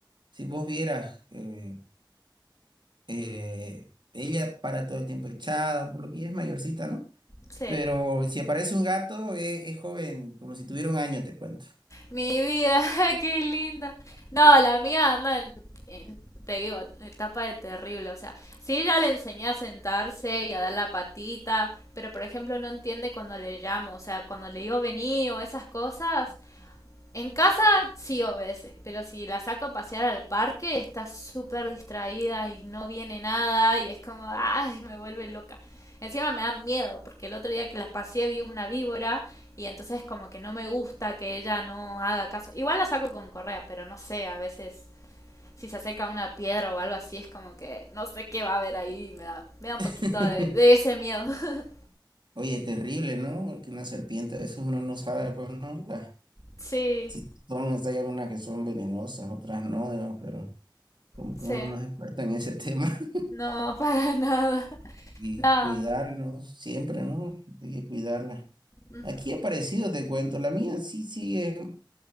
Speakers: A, on the right; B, on the left.
A: si vos vieras... eh, eh, ella para todo el tiempo echada, por lo que ella es mayorcita, ¿no?
B: sí.
A: Pero si aparece un gato, eh, es joven, como si tuviera un año, te cuento.
B: Mi vida, <laughs> qué linda. No, la mía anda en, en- te digo, etapa de terrible. O sea, sí, ella le enseñé a sentarse y a dar la patita, pero por ejemplo no entiende cuando le llamo. O sea, cuando le digo vení o esas cosas, En casa sí obedece, pero si la saco a pasear al parque está súper distraída y no viene nada y es como, ay, me vuelve loca. Encima me da miedo, porque el otro día que la paseé vi una víbora y entonces como que no me gusta que ella no haga caso. Igual la saco con correa, pero no sé, a veces si se acerca a una piedra o algo así es como que no sé qué va a haber ahí, me da, me da un
A: <laughs>
B: poquito de, de ese miedo. <laughs>
A: Oye, terrible, ¿no? Que una serpiente, a veces uno no sabe, pues, ¿no? Las-
B: sí,
A: si son, si hay algunas que son venenosas, otras no, digamos, pero como
B: sí,
A: que uno no es experto en ese tema. <laughs>
B: no, <laughs> para nada,
A: Y
B: nada.
A: cuidarlos siempre, ¿no? Hay que cuidarla.
B: Ujú.
A: Aquí ha aparecido, te cuento, la mía sí sigue